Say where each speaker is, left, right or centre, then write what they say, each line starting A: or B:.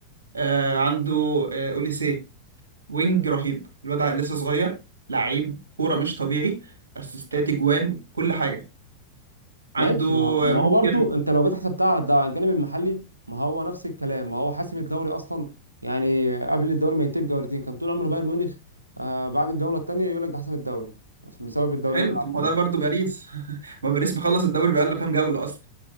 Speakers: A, on the right (about 70°); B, on the right (about 80°).
A: آه عنده آه اوليسيه وينج رهيب الواد لسه صغير لعيب كوره مش طبيعي اسيستات اجوان كل حاجه عنده
B: ماشي ما هو ما
A: آه، ممكن
B: هو برضو انت لو جيت حسبتها على الد- على الجانب المحلي ما هو نفس الكلام ما هو حاسم الدوري اصلا يعني قبل الدوري ما ينتهي بجولتين كان طول عمر بايرن ميونخ آه بعد الجوله الثانيه يقول لك ده حسم الدوري عشان بسبب الدوري
A: حلو
B: اللي بيلعب
A: طب ما
B: فيه
A: هو ده برضه باريس <laughs> ما باريس مخلص الدوري بقاله كام جولة أصلا